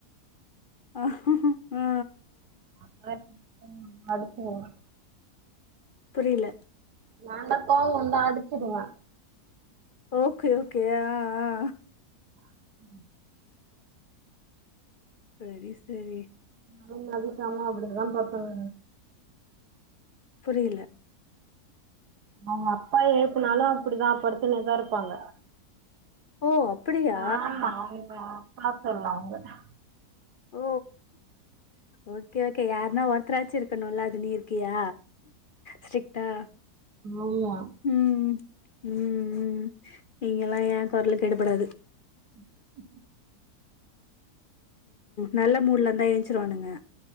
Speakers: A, on the left (about 55°); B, on the right (about 85°).
A: ஆ ஆ
B: <unintelligible>
A: புரியல
B: நாந்தா கோபோ வந்தா அடிச்சிடுவே
A: ஓகே ஓகே ஆ ஆ
B: <inaudible>
A: செரி சேரி
B: நம்ம வீட்ல அம்மா அப்டிதா பாப்பாங்க
A: புரியல
B: அவ்ங்க அப்பா எழுப்புனாலு அப்டிதா படுத்துகினே தா இருப்பாங்க
A: ஓ அப்படியா
B: ஆமா அவுங்க அப்பா செல்லோ அவ்ங்க தா
A: ஓ ஓகே ஓகே யாருன்னா ஒருத்தராச்சி இருக்கனுல அது நீர் கியா ஸ்ட்ரிக்ட் டா
B: ஆமா
A: ம் ம் ம் நீங்கல்லா ஏ குரலுக்கு எடுபடாது
B: <inaudible>
A: நல்ல மூட்ல இருந்தா ஏஞ்சிருவானுங்க